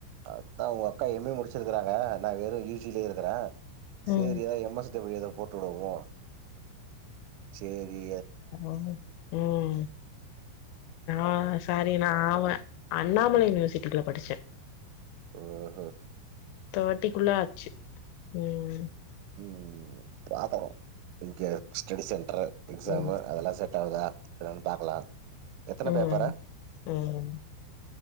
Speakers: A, on the right; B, on the left.
A: அதா உங்க அக்கா எம் எ முடிச் ருக்கறாங்க நா வெறு இ ஜி லே இருக்கிறே சேரியா
B: ம்
A: எம் எஸ் <unintelligible> போட்டு விடுவோ சேர்ரி
B: ஆ உம் ஆஹ் சரி நா ஆவ அண்ணாமலை யூனிவர்சிட்டிக்குள்ள படிச்சே
A: ஓஹோ
B: தே டிக்குள்ள ஆச்சு உம்
A: உம் பாக்கனு இங்க ஸ்ட்டி சென்டரு எக்ஸாமு
B: ம்
A: அதெல்லா செட் ட்டாகுதா பாக்கலா எத்தன
B: உம்
A: பேப்பரு
B: உம்